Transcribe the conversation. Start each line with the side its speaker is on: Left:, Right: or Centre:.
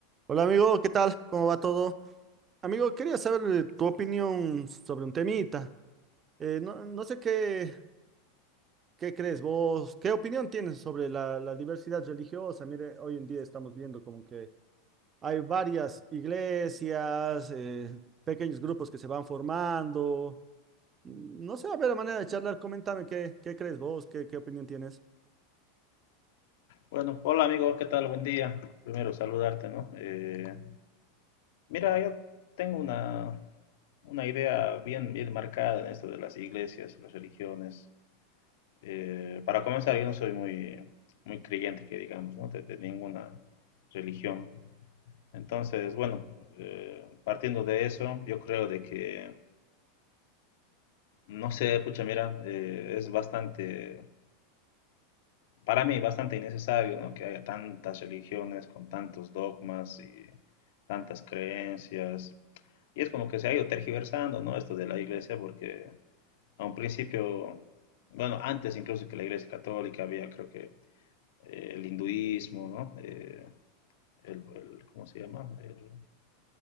Right: Hola amigo, ¿qué tal? ¿Cómo va todo? Amigo, quería saber eh, tu opinión sobre un temita. Eh, no, no sé qué, qué crees vos, qué opinión tienes sobre la, la diversidad religiosa. Mire, hoy en día estamos viendo como que hay varias iglesias, eh, pequeños grupos que se van formando. Mm, No sé, a ver, a manera de charlar, coméntame qué, qué crees vos, qué, qué opinión tienes.
Left: Bueno, hola amigos, ¿qué tal? Buen día. Primero saludarte, ¿no? Eh, mira, yo tengo una, una idea bien, bien marcada en esto de las iglesias, las religiones. Eh, para comenzar, yo no soy muy, muy creyente, que digamos, ¿no? De, de ninguna religión. Entonces, bueno, eh, partiendo de eso, yo creo de que, no sé, pucha, mira, eh, es bastante Para mí, bastante innecesario, ¿no? Que haya tantas religiones con tantos dogmas y tantas creencias. Y es como que se ha ido tergiversando, ¿no? Esto de la iglesia, porque a un principio, bueno, antes incluso que la iglesia católica había, creo que, eh, el hinduismo, ¿no? Eh, el, el- ¿cómo se llama? El-